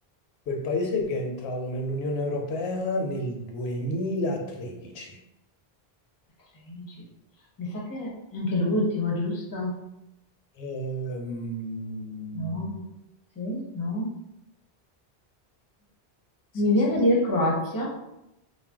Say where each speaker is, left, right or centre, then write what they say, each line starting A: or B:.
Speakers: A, on the left; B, on the left.
A: quel paese che è entrato nell'Unione Europea nel 2013?
B: 13. Mi sa che è anche l'ultimo, giusto?
A: Ehm,
B: No, sì, no.
A: sì,
B: Mi viene
A: sì.
B: da dire Croazia?